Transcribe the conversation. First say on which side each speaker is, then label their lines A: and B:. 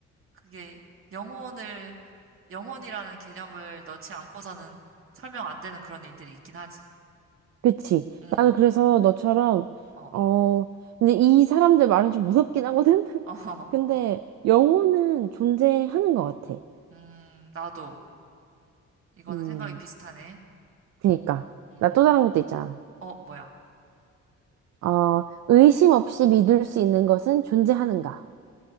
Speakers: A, on the right; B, on the right.
A: 그게 영혼을 영혼이라는 개념을 넣지 않고서는 설명 안 되는 그런 일들이 있긴 하지.
B: 그치.
A: 음,
B: 나는 그래서 너처럼,
A: 어, 어,
B: 어, 근데 이 사람들 말은 좀 무섭긴 하거든? <laughs>
A: <laughs>
B: 근데 영혼은 존재하는 것 같아.
A: 음, 나도. 이거는
B: 음,
A: 생각이 비슷하네.
B: 그니까.
A: 음,
B: 나 또 다른 것도 있잖아.
A: 어, 뭐야.
B: 어, 의심 없이 믿을 수 있는 것은 존재하는가.